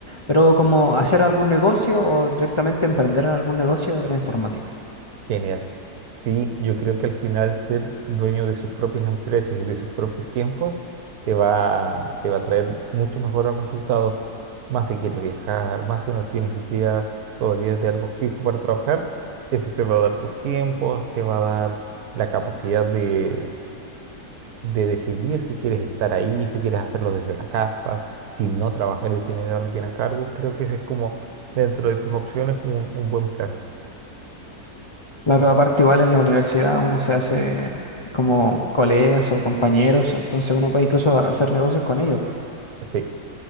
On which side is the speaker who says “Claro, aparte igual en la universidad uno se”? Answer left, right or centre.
Left